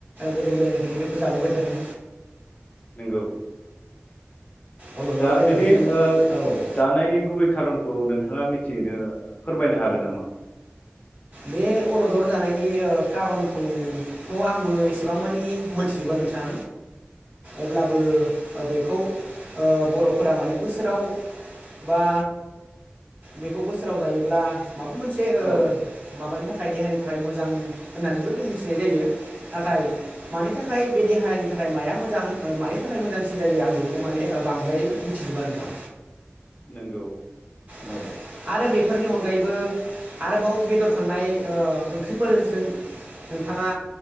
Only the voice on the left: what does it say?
नोंगौ
दा
बिनि ओ
जानायनि गुबै खारनखौ नोंथाङा मिथिनो फोरमायनो हागोन नामा?
औ
नंगौ